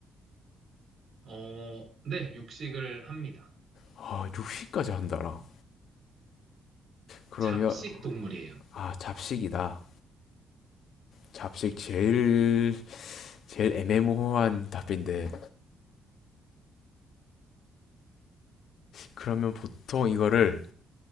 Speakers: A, on the right; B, on the left.
A: 어, 네, 육식을 합니다.
B: 아, 육식까지 한다라. 그러면
A: 잡식 동물이에요.
B: 아, 잡식이다. 잡식 제일 제일 애매모호한 답인데 그러면 보통 이거를